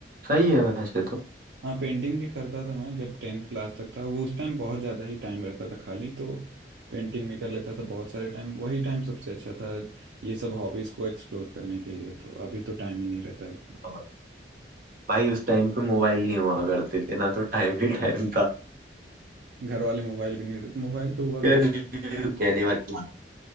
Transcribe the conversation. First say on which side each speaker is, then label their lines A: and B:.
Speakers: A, on the right; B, on the right.
A: सही है वैसे तो
B: हाँ पेंटिंग भी करता था मैं जब टेंथ क्लास तक था वो उस टाइम बहुत ज़्यादा ही टाइम रहता था खाली तो पेंटिंग भी कर लेता था बहुत सारे टाइम वही टाइम सबसे अच्छा था ये सब हॉबीज़ को एक्सप्लोर करने के लिए तो अभी तो टाइम ही नहीं रहता है उतना
A: और भाई उस टाइम पे मोबाइल नहीं हुआ करते थे ना तो टाइम ही टाइम था
B: घर वाले मोबाइल भी नहीं देते तो मोबाइल तो हुआ
A: कहने
B: कर
A: कहने वाली बात